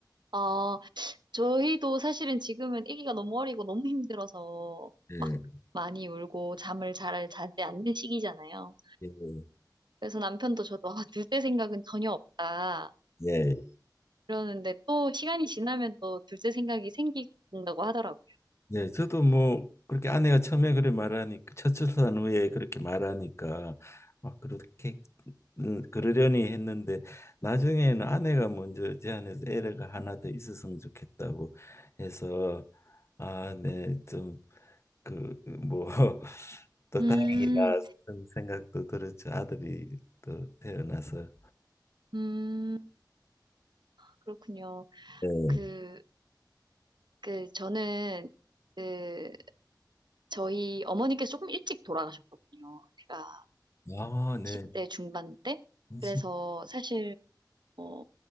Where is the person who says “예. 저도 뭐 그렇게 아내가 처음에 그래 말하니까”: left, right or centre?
Left